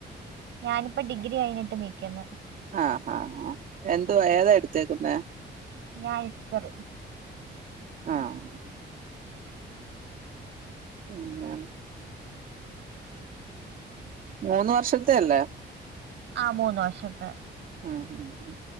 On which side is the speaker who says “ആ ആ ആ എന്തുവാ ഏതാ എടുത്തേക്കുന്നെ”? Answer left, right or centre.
Right